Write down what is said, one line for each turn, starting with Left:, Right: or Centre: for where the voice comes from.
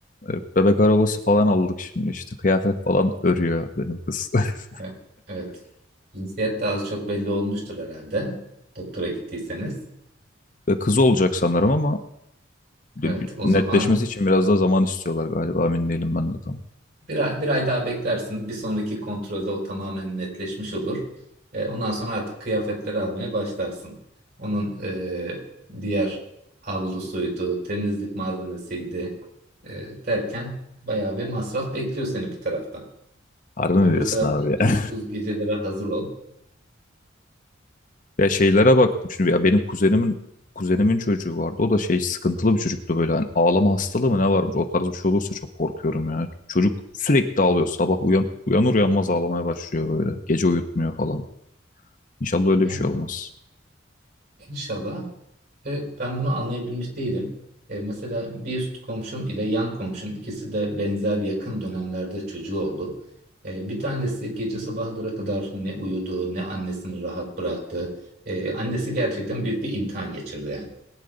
Left: e, Bebek arabası falan aldık şimdi işte kıyafet falan örüyor benim kız. <laughs>
Right: Evet. evet. Cinsiyet de az çok belli olmuştur herhalde. Doktora gittiyseniz.
Left: E, Kız olacak sanırım ama de-
Right: Evet,
Left: bir
Right: o
Left: netleşmesi
Right: zaman
Left: için biraz daha zaman istiyorlar galiba emin değilim ben de tam.
Right: Bir ay, bir ay daha beklersin. Bir sonraki kontrolde o tamamen netleşmiş olur. E, ondan sonra artık kıyafetleri almaya başlarsın. Onun e, diğer havlusuydu, temizlik malzemesiydi e, derken bayağı bir masraf bekliyor seni bir taraftan.
Left: Harbi mi
Right: Öbür
Left: diyorsun
Right: taraftan
Left: abi ya?
Right: uykusuz
Left: <laughs>
Right: gecelere hazır ol.
Left: Ya şeylere baktım şimdi ya benim kuzenimin kuzenimin çocuğu vardı. O da şey sıkıntılı bir çocuktu böyle hani ağlama hastalığı mı ne varmış o tarz bir şey olursa çok korkuyorum ya. Çocuk sürekli ağlıyor sabah uyan, uyanır uyanmaz ağlamaya başlıyor böyle. Gece uyutmuyor falan. İnşallah öyle
Right: Yani
Left: bir şey olmaz.
Right: inşallah Ve ben bunu anlayabilmiş değilim. E, mesela bir üst komşum ile yan komşum ikisi de benzer yakın dönemlerde çocuğu oldu. E, bir tanesi gece sabahlara kadar ne uyudu ne annesini rahat bıraktı. E, annesi gerçekten büyük bir imtihan geçirdi yani.